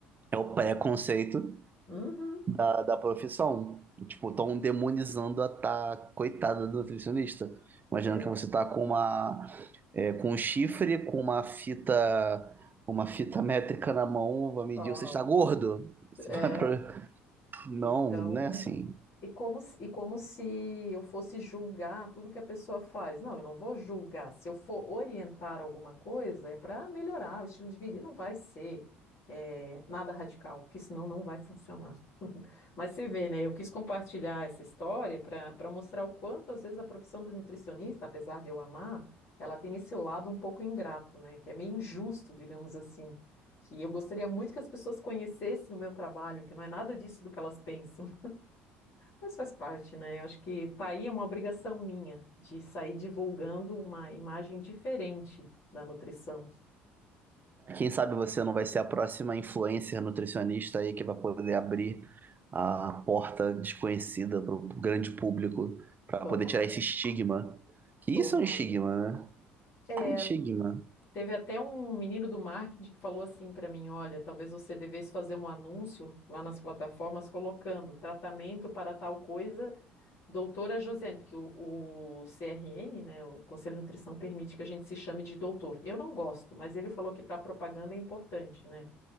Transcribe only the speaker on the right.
É o preconceito
da, da profissão. Tipo, estão demonizando a tá, coitada do nutricionista. Imagina
que você tá com uma, é, com um chifre, com uma fita, uma fita métrica na mão, vai medir,
você está gordo. Você
vai pro... <laughs> Não,
né? é assim.
Quem sabe você não vai ser a próxima influencer nutricionista aí que vai poder abrir a porta desconhecida para o grande público para
poder tirar esse estigma. Que
isso é um estigma, né?
É um estigma.